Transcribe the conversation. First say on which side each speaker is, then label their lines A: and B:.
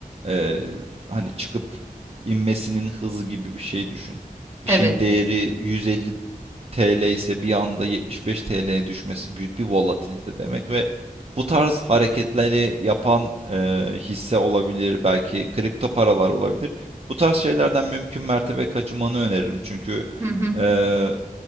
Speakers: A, on the right (about 45°); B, on the right (about 20°).
A: eee, hani çıkıp inmesinin hızı gibi bir şey düşün. Bir
B: Evet.
A: şeyin değeri 150 TL ise bir anda 75 TL'ye düşmesi büyük bir volatilite demek ve bu tarz hareketleri yapan eee, hisse olabilir, belki kripto paralar olabilir. Bu tarz şeylerden mümkün mertebe kaçınmanı öneririm çünkü
B: Hı hı.
A: Eee,